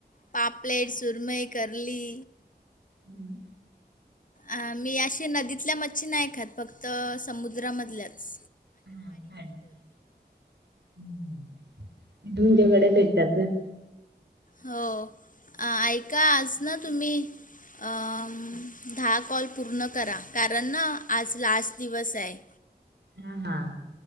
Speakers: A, on the left; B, on the right.
A: पापलेट, सुरमई करली
B: हम्म.
A: अ मी अशी नदीतल्या मच्छी नाही खात, फक्त समुद्रा मधल्याच.
B: <unintelligible> भेटतात होय?
A: हो आ ऐका आज ना तुम्ही अं दहा कॉल पूर्ण करा, कारण ना आज लास्ट दिवस आहे.
B: हां हां.